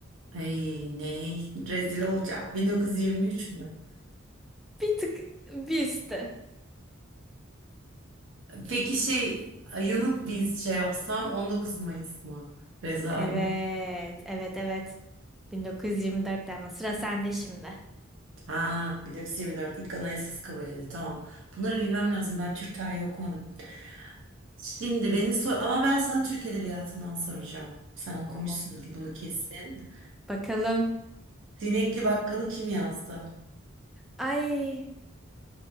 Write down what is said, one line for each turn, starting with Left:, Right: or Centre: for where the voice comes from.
Right: Ay ne rezil olacağım. 1923 mü?
Centre: Bir tık bir üstü.
Right: Peki şey yanıt biz şey yapsam 19 Mayıs mı? Rezalim.
Centre: Evet, evet, evet. 1924'te ama sıra sende şimdi.
Right: Ha 1924 ilk anayasası kabul edildi. Tamam. Bunları bilmem lazım. Ben Türk tarihi okumadım. Şimdi beni sor ama ben sana Türk Edebiyatı'ndan soracağım. Sen okumuşsundur
Centre: Oo.
Right: bunu kesin.
Centre: Bakalım.
Right: Zinekli Bakkalı kim yazdı?
Centre: Ay,